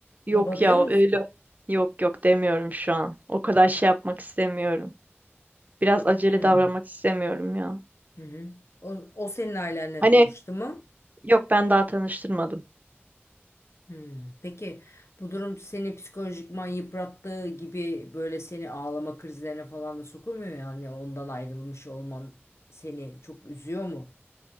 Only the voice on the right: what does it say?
yok
ya o
öyle yok yok demiyorum şu an. O kadar şey yapmak istemiyorum. Biraz acele
davranmak istemiyorum ya.
Hani
Yok ben daha tanıştırmadım.